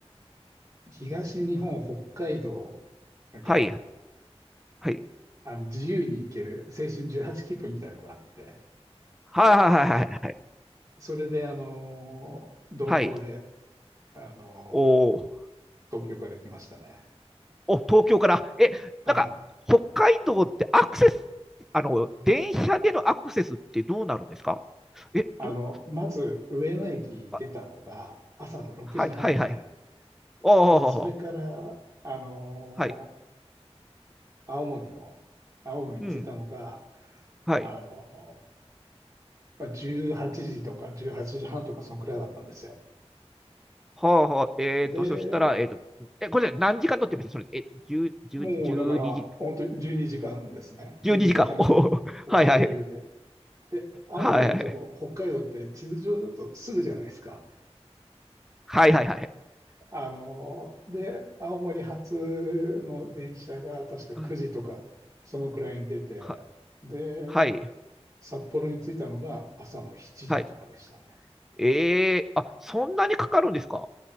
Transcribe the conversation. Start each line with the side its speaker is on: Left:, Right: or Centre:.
Right: 東日本、北海道、なんか、
Centre: はい。はい。
Right: あの、自由に行ける青春18切符みたいのがあって、
Centre: はいはいはいはいはい。
Right: それで、あのー、鈍行で、
Centre: はい。
Right: あの
Centre: おー
Right: ー、東京から行きましたね。
Centre: お、東京から。え、
Right: はい。
Centre: なんか、北海道ってアクセス、あの、電車でのアクセスってどうなるんですかえ、と
Right: あの、まず、上野駅出たのが朝の6時半で、
Centre: あ、はいはいはい。あお、
Right: で、それから、あの
Centre: はい。
Right: ー、青森の、青森に着いたのが、
Centre: うん。はい。
Right: あのー、まあ18時とか18時半とか、そのくらいだったんですよ。
Centre: はあはあ、えっと、
Right: で、
Centre: そしたら、えっと、え、これ何時間乗ってましたそれ、え、10、10、
Right: もうだから、
Centre: 時、
Right: 本当に12時間ですね。12時間は
Centre: 12時間。<laughs> おーはいはい。
Right: 余裕で。で、青森と北海道って地図上だとすぐじゃないですか。
Centre: はいはいはいはいはい。
Right: あの、で、青森発の電車が確か9時とか、
Centre: うん
Right: そのくらいに出て、
Centre: は、
Right: で、
Centre: はい。
Right: 札幌に着いたのが朝の7時とかでしたね。
Centre: はい。えー、あ、そんなにかかるんですか